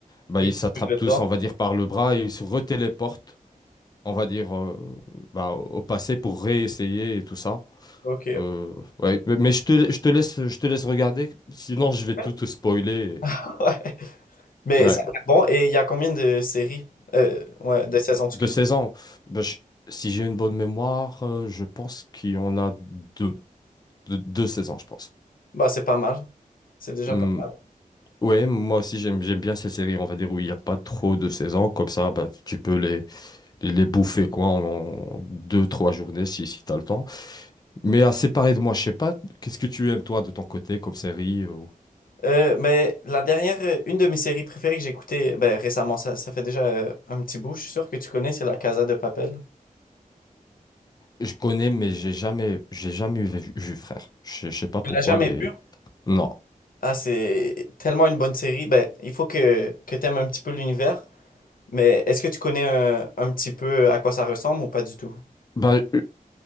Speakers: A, on the left; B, on the left.
A: bah
B: Il
A: ils
B: recule
A: s'attrapent
B: le
A: tous,
B: temps.
A: on va dire, par le bras et ils se retéléportent, on va dire, euh, bah, au passé pour réessayer et tout ça.
B: Ok.
A: Euh, ouais, mais, mais je te, je te laisse, je te laisse regarder, sinon je vais tout
B: <laughs>
A: te spoiler.
B: Ouais. Mais
A: et- Ouais.
B: c'est bon. Et il y a combien de séries? Euh, ouais, de saisons, excuse.
A: De 16 ans, bah, je- si j'ai une bonne mémoire, euh, je pense qu'il y en a deux. de- deux saisons, je pense.
B: Bah, c'est pas mal. C'est déjà
A: Hmm,
B: pas mal.
A: Ouais, moi aussi j'aime j'aime bien ces séries, on va dire, où il n'y a pas trop de saisons. Comme ça, bah, tu peux les, les, les bouffer quoi, en, en deux, trois journées si, si tu as le temps. Mais à séparer de moi, je sais pas, qu'est-ce que tu aimes toi de ton côté comme série euh, ou-
B: Euh, mais la dernière, euh, une de mes séries préférées que j'ai écoutées ben, récemment, ça, ça fait déjà euh, un petit bout, je suis sûr que tu connais, c'est La Casa de Papel.
A: Je connais, mais j'ai jamais, j'ai jamais vu, vu, frère. Je je sais pas pourquoi,
B: Tu l'as jamais
A: mais
B: vu?
A: non.
B: Ah, c'est tellement une bonne série. Ben, il faut que, que tu aimes un petit peu l'univers. Mais est-ce que tu connais un, un petit peu à quoi ça ressemble ou pas du tout?
A: Bah,